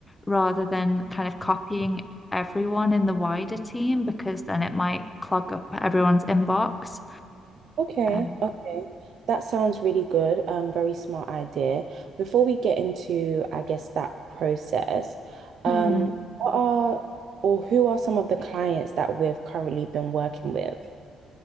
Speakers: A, on the left; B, on the right.
A: rather than kind of copying everyone in the wider team because then it might clog up everyone's inbox.
B: okay,
A: Um,
B: okay. That sounds really good. Um, very smart idea. Before we get into, I guess, that process, um,
A: hmm.
B: what are or who are some of the clients that we've currently been working with?